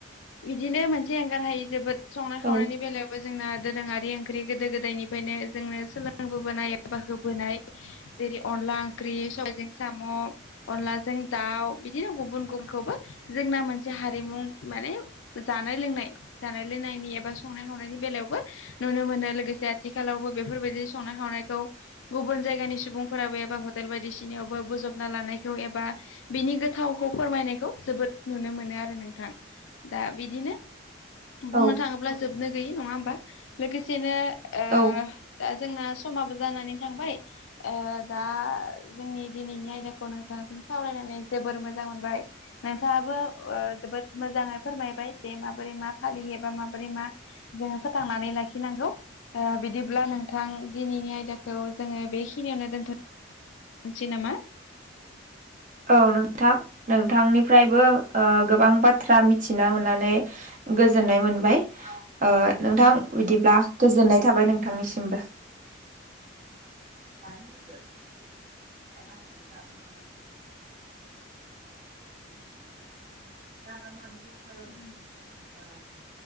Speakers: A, on the left; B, on the right.
A: बिदिनो मोनसे एंगारहायि जोबोद संनाय
B: औ
A: खावनायनि बेलायाव बो जोंना दोरोङारि ओंख्रि गोदो गोदायनिफ्रायनो जोंनो सोलोंबोबोनाय एबा होबोनाय जेरै अनला ओंख्रि सबायजों साम' अनलाजों दाउ बिदिनो गुबुन गुबुनखौबो जोंना मोनसे हारिमुं माने जानाय लोंनाय जानाय लोंनायनि एबा संनाय खावनायनि बेलायावबो नुनो मोनो लोगोसे आथिखालावबो बेफोरबायदि संनाय खावनायखौ। गुबुन जायगानि सुबुंफोराबो एबा हटेल बायदिसिनायावबो बजबना लानाय खौ एबा बिनि गोथावखौ फोरमायनायखौ जोबोद नुनो मोनो आरो नोंथां। दा बिदिनो बुंनो
B: औ
A: थाङोब्ला जोबनो गैयि नङा होमबा लोगोसेनो ओ
B: औ
A: दा जोंना समाबो जानानै थांबाय ओ दा जोंनि दिनैनि आयदाखौ नों नोंथांजों सावरायनानै जोबोर मोजां मोनबाय। नोंथाङाबो ओ जोबोद मोजाङै फोरमायबाय जे माबोरै मा फालियो बा माबोरै मा जोङो फोथांनानै लाखिनांगौ। दा बिदिब्ला नोंथां दिनैनि आयदाखौ जोङो बेखिनियावनो दोनथ' सै नामा?
B: औ नोंथां नोंथांनिफ्रायबो ओ गोबां बाथ्रा मिथिनो मोननानै गोजोननाय मोनबाय ओ नोंथां बिदिब्ला गोजोननाय थाबाय नोंथांनिसिमबो। <inaudible> <inaudible> <inaudible>
A: दोन